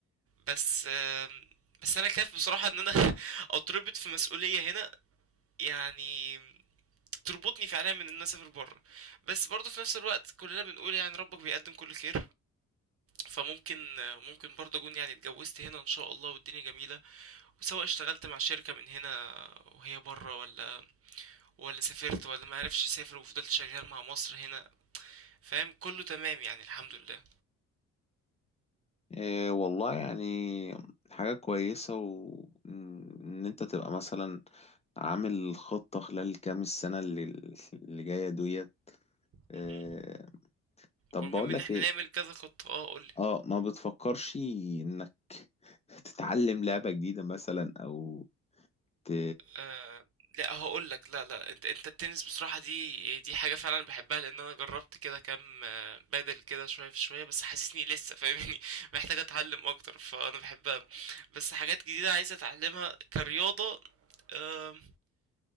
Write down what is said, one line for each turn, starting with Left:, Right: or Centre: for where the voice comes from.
Right: بس آم، بس انا خايف بصراحة ان انا <laughs> اتربط في مسؤولية هنا يعني تربطني فعليا من ان انا اسافر بره بس برضه في نفس الوقت كلنا بنقول يعني ربك بيقدم كل خير فممكن ممكن برضه اكون يعني اتجوزت هنا ان شاء الله والدنيا جميله وسواء اشتغلت مع شركه من هنا وهي بره ولا ولا سافرت ولا ما عرفش اسافر وفضلت شغال مع مصر هنا فاهم كله تمام يعني الحمد لله
Left: إيه والله يعني حاجة كويسة وإن أنت تبقى مثلا عامل خطة خلال كام السنة اللي اللي جاية ديت إيه
Right: مهم.
Left: طب
Right: والمهم
Left: بقولك
Right: ان احنا
Left: إيه
Right: نعمل كذا خطه اه قول
Left: آه ما بتفكرش إنك تتعلم لعبة جديدة مثلا أو ت...
Right: آه لا هقول لك لا لا انت انت التنس بصراحة دي دي حاجة فعلا بحبها لان انا جربت كده كام آه، بادل كده شوية في شوية بس حاسسني لسه فاهمني <laughs> محتاج اتعلم اكتر فانا بحبها بس حاجات جديدة عايز اتعلمها كرياضة آه